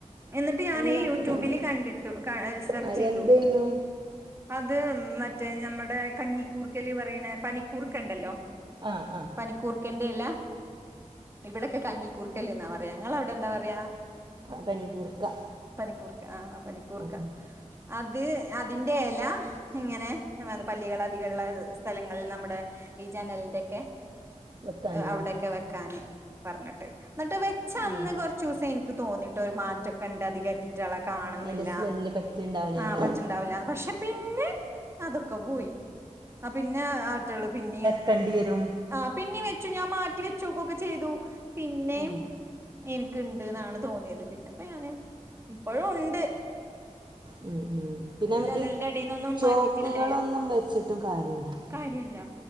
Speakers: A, on the right; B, on the right.
A: എന്നിട്ട് ഞാന്
B: നല്ല അത്യാവശ്യം.
A: യൂട്യൂബില് കണ്ടിട്ടു ക സെർചെയ്‌തു
B: ആ എന്ത് ചെയ്യുന്നു
A: അത് മറ്റേ ഞമ്മുടെ കഞ്ഞിക്കൂർക്കല് പറിണെ പനിക്കൂർക്ക ഇണ്ടല്ലോ
B: ആ ആ
A: പനിക്കൂർക്കന്റ ഇല, ഇവടൊക്കെ കഞ്ഞിക്കൂർക്കല് എന്നാ പറയാ ഇങ്ങളവിടെ എന്തപറയാ
B: ആ പനികൂർക്ക
A: <inaudible> പനിക്കൂർക്ക ആഹ് പനിക്കൂർക്ക
B: ആ ആ
A: അത് അതിന്റെ എല ഇങ്ങനെ നട് പല്ലികൾ അധികള്ള സ്ഥലങ്ങളിൽ നമ്മുടെ ഈ ജനൽന്റക്കെ
B: വെക്കാനോ
A: അവിടെക്കെ വെക്കാൻ പറഞ്ഞിട്ട് ഇന്നട്ട് വെച്ചന്ന്
B: ഉം.
A: കൊറച്ചൂസം ഇൻക്ക് തോന്നിയിട്ടൊ ഒര് മാറ്റൊക്കെണ്ട് അധികതി റ്റളെ കാണുന്നില്ല
B: അതിന്റെ സ്മെല്ല് പറ്റിണ്ടാവില്ലേങ്ക
A: ആ പച്ചണ്ടാവുല്ല പക്ഷെ പിന്നെ അതൊക്കെ പോയി. ആ പിന്നെ ആറ്റള് പിന്നിം
B: ക്കണ്ടീയരും
A: ആഹ് പിന്നിം വെച്ചു ഞാൻ മാറ്റി വെച്ചോക്കൊക്കെ ചെയ്തു പിന്നെയും
B: ഉം.
A: ഇന്ക്ക്ണ്ട്ന്നാണ് തോന്നിയത് പിന്നെപ്പ ഞാന് ഇപ്പഴുണ്ട്.
B: ഹ്മ്മ് ഹ്മ്മ്, പിന്നെ മറ്റെ
A: ജനലിന്റെ അടീന്നൊന്നും
B: ചോക്കുകളൊന്നും
A: മാറ്റിയിട്ടില്ല ഞാൻ
B: വെച്ചിട്ടും കാര്യല്ലാ
A: കാര്യല്ല.